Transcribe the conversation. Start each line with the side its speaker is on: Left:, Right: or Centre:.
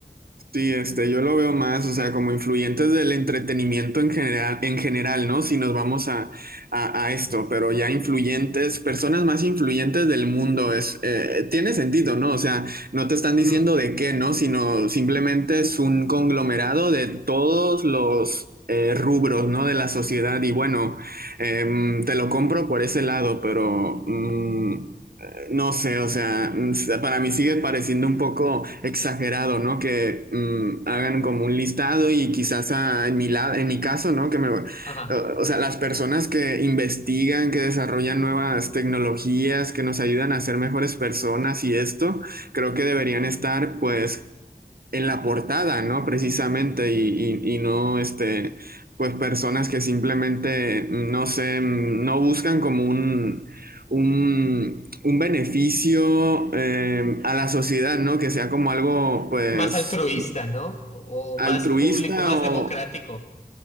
Right: Sí, este, yo lo veo más, o sea, como influyentes del entretenimiento en general, en general, ¿no? Si nos vamos a, a, a esto, pero ya influyentes, personas más influyentes del mundo, es, eh, tiene sentido, ¿no? O sea, no te están
Left: Ujú,
Right: diciendo de qué, ¿no? Sino simplemente es un conglomerado de todos los eh, rubros, ¿no? De la sociedad y bueno, em, te lo compro por ese lado, pero... mm, no sé, o sea, mm, para mí sigue pareciendo un poco exagerado, ¿no? Que mm, hagan como un listado y quizás a- en mi la- en mi caso, ¿no? Que me, o
Left: Ajá.
Right: o sea, las personas que investigan, que desarrollan nuevas tecnologías, que nos ayudan a ser mejores personas y esto, creo que deberían estar, pues, en la portada, ¿no? Precisamente, y, y- y no, este, pues personas que simplemente, no sé, no buscan como un, un, un beneficio eh, a la sociedad, ¿no? Que sea como algo, pues,
Left: Más altruista, ¿no? O, o más
Right: altruista
Left: público, más
Right: o...
Left: democrático.